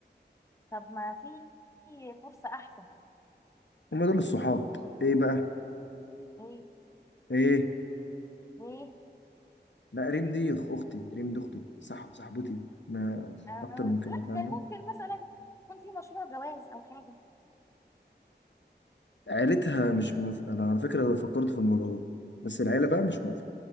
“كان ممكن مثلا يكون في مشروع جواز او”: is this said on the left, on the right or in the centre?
Left